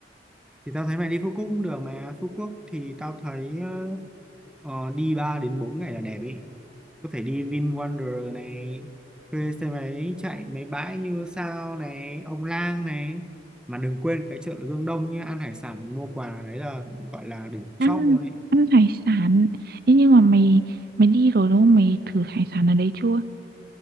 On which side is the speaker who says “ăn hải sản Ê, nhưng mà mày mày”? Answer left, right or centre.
Right